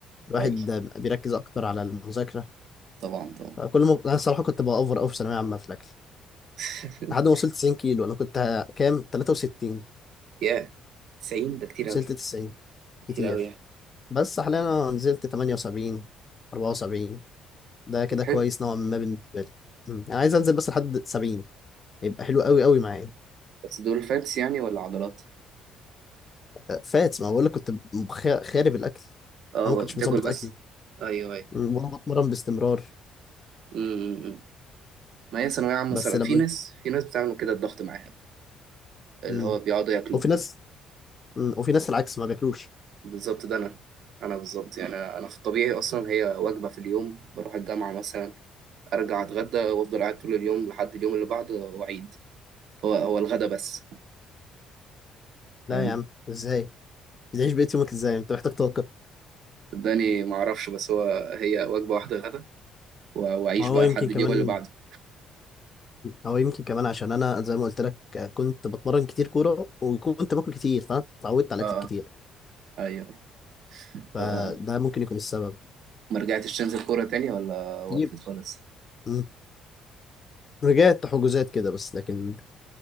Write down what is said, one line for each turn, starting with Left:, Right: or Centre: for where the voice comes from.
Left: الواحد
Right: اي
Left: بيركز اكتر على المذاكره
Right: طبعا طبعا
Left: فكل ما انا الصراحه كنت باوفر قوي في ثانويه عامه في الاكل
Right: <laughs>
Left: لحد ما وصلت 90 كيلو انا كنت كام 63
Right: يا 90 ده كتير
Left: وصلت
Right: اوي
Left: 90
Right: كتير
Left: كتير
Right: اوي يعني
Left: بس حاليا انا نزلت 78 74 ده كده
Right: طب
Left: كويس
Right: حلو
Left: نوعا ما بالنسبه لي مم. انا عايز انزل بس لحد 70 هيبقى حلو قوي قوي معايا
Right: بس دول فاتس يعني ولا عضلات
Left: أه، فات ما بقول لك كنت مخ- خارب الاكل
Right: اه
Left: انا ما كنتش
Right: بتاكل
Left: مظبط
Right: بس
Left: اكلي
Right: ايوه ايوه
Left: مم، ولا بتمرن باستمرار
Right: امم ما هي ثانويه عامه
Left: بس
Right: صراحه
Left: لما
Right: في ناس في ناس بتعملوا كده الضغط معاها اللي
Left: مم.
Right: هو بيقعدوا ياكلوا
Left: وفي ناس مم. وفي ناس العكس ما بياكلوش
Right: بالظبط ده انا انا بالظبط يعني انا أنا في الطبيعي اصلا هي وجبه في اليوم بروح الجامعه مثلا ارجع اتغدى وافضل قاعد طول اليوم لحد اليوم اللي بعده واعيد هو هو الغدا بس
Left: لا
Right: فاهم
Left: يا عم ازاي بتعيش بقية يومك ازاي انت محتاج طاقه
Right: صدقني ما اعرفش بس هو هي وجبه واحده غدا و- واعيش
Left: هو
Right: بقى
Left: يمكن
Right: لحد
Left: كمان
Right: اليوم اللي بعده
Left: هو يمكن كمان عشان انا زي ما قلت لك آه، كنت بتمرن كتير كوره وكنت باكل كتير فانا اتعودت على
Right: اه
Left: الاكل
Right: آه،
Left: كتير
Right: ايوه
Left: فده
Right: ايوه آه.
Left: ممكن يكون السبب
Right: ما رجعتش تنزل كوره تاني ولا وقفت
Left: يب-
Right: خالص
Left: مم. رجعت حجوزات كده بس لكن